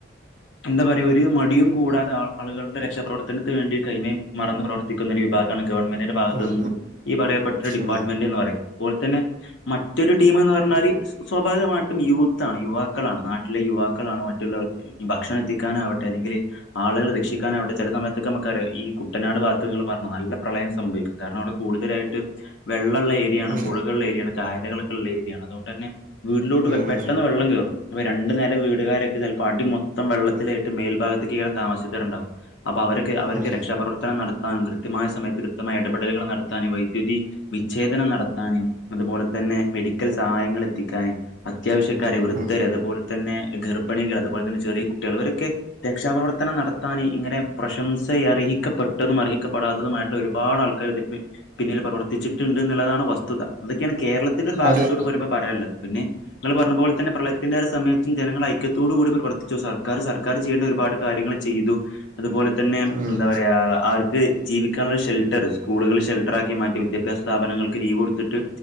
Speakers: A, on the left; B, on the right.
A: എന്താ പറയാ ഒരു മടിയും കൂടാതെ ആ ആളുകളുടെ രക്ഷാപ്രവർത്തനത്തിനുവേണ്ടി കൈമെയ് മറന്ന് പ്രവർ ത്തിക്കുന്ന ഒരു വിഭാഗാണ് ഗവൺമെന്റിന്റെ ഭാഗത്ത്നിന്നും
B: ഉം
A: ഈ പറയപ്പെട്ട ഒരു ഡിപ്പാർട്ട്മെന്റ്
B: ഉം
A: എന്ന് പറയുന്നത് അത്പോൽത്തന്നെ മറ്റൊരു ടീമ്ന്ന് പറഞ്ഞാല് സ്വാഭാവികമായിട്ടും യൂത്താണ് യുവാക്കളാണ് നാട്ടിലെ യുവാക്കളാണ് മറ്റുള്ളവർക്ക്‌ ഈ ഭക്ഷണം എത്തിക്കാനാവട്ടെ അല്ലെങ്കില് ആള്കളെ രക്ഷിക്കാനാവട്ടെ ചെല സമയത്തൊക്കമ്മക്കറിയാ ഈ കുട്ടനാട് ഭാ ത്ത് ഇങ്ങള് പർണം നല്ല പ്രളയം സംഭവിക്കും കാരണം അവിടെ കൂടുതലായിട്ട് വെള്ളള്ള ഏരിയാണ്
B: ഉം
A: പുഴകള് ള്ള ഏരിയാണ് കായല്കള്ക്കെള്ള ഏരിയാണ് അതോണ്ടെന്നെ വീട്ടിലോട്ട്
B: ഉം
A: വേ പെട്ടെന്ന്
B: ഉം
A: വെള്ളം കേറും അപ്പൊ രണ്ടുനെല വീടുകാരൊക്കെ ചെൽപ്പൊ അടിമൊത്തം വെള്ളത്തിലായിട്ട് മേൽഭാഗത്ത്ക്കേക്കാരം താമസിച്ച്ട്ടെര്ണ്ടാവാ അപ്പൊ അവരൊക്കെ അവര്ക്കെ
B: ഉം
A: രക്ഷാപ്രവർത്തനം നടത്താനും കൃത്യമായ സമയത്ത് കൃത്യമായ ഇടപെടലുകൾ നടത്താനും ഈ വൈദ്യുതി വിച്ഛേദനം നടത്താന് അതുപോലെത്തന്നെ മെഡിക്കൽ സഹായങ്ങൾ എത്തിക്കാന് അത്യാവശ്യക്കാര്,
B: ഉം
A: വൃദ്ധര്
B: ഉം
A: അതുപോലെത്തന്നെ ഗർഭിണികൾ, അതുപോലെത്തന്നെ ചെറിയ കുട്ട്യാള് ഇവരൊക്കെ രക്ഷാപ്രവർത്തനം നടത്താന് ഇങ്ങനെ പ്രശംസയർഹിക്കപ്പെ ട്ടതും അർഹിക്കപ്പെടാത്തതുമായിട്ടുള്ള ഒരുപാട് ആൾക്കാര്ണ്ട് പ്പെ പിന്നില് പ്രവർത്തിച്ചിട്ട്ണ്ട്ന്ന്ള്ളതാണ് വസ്തുത അതൊക്കെയാണ് കേരളത്തിന്റെ ഒരു ഭാഗത്തോട്ട്
B: അതെ
A: വരുമ്പോപറയാള്ളത് പിന്നെ ങ്ങൾ പറഞ്ഞ പോലെത്തന്നെ പ്രളയത്തിന്റെരു സമയത്തും ജനങ്ങൾ ഐക്യത്തോടുകൂടി പ്രവർത്തിച്ചു സർക്കർ സർക്കാർ ചെയ്യേണ്ട ഒരുപാട് കാര്യങ്ങൾ ചെയ്തു അതുപോലെത്തന്നെ
B: ഉം ഉം
A: എന്താ പറയാ ആർക്ക് ജീവിക്കാനുള്ള ഷെൽട്ടർ സ്കൂളുകൾ ഷെൽട്ടറാക്കി മാറ്റി വിദ്യാഭ്യാസ സ്ഥാപനങ്ങൾക്ക് ലീവ് കൊട്ത്തിട്ട്